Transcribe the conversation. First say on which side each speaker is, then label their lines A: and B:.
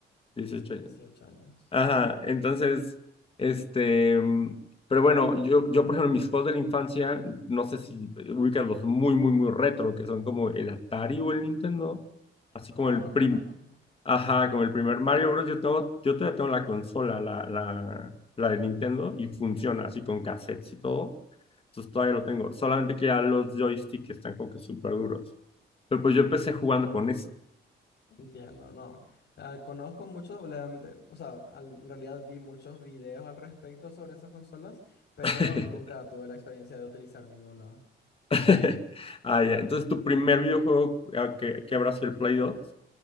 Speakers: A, on the left; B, on the left.
A: 18
B: sí,
A: años.
B: 18 años.
A: Ajá, entonces, este, mm, pero bueno, yo, yo por ejemplo, mis juegos de la infancia, no sé si ubicas los muy, muy, muy retro, que son como el Atari o el Nintendo, así
B: Conozco,
A: como el prim,
B: conozco.
A: ajá, como el primer Mario Bros. Yo tengo, yo todavía tengo la consola, la, la, la de Nintendo, y funciona así con cassettes y todo, entonces todavía lo tengo, solamente que ya los joysticks están como que súper duros, pero pues yo empecé jugando con eso.
B: Entiendo, no. Ah, conozco mucho, realmente, o sea, al- en realidad vi muchos videos al respecto sobre esas consolas, pero
A: <laughs>
B: nunca tuve la experiencia de utilizar ninguna.
A: <laughs> Ah, ya. Entonces, tu primer videojuego ah, que, que habrá sido el Play dos.